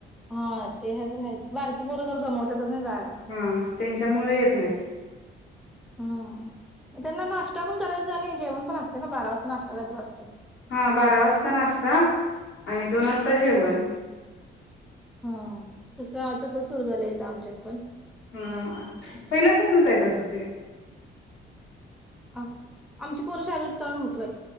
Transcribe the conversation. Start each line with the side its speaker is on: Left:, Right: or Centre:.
Centre: हा ते तरच बारकी पोरं जर जमवतातच नाही जायला
Left: हा त्यांच्यामुळे येत नाहीत
Centre: हम् त्यांना नाश्ता पण करायचा आणि जेवण पण असते ना बारा वाजता नाश्ता करायच असते
Left: हा बारा वाजता नाश्ता आणि दोन वाजता जेवण
Centre: हा तस तस सुरू झालंयथं आमच्यात पण
Left: हा पहिल्यापासूनच येत असं ते
Centre: अस आमची पोरषाजच चन होतोय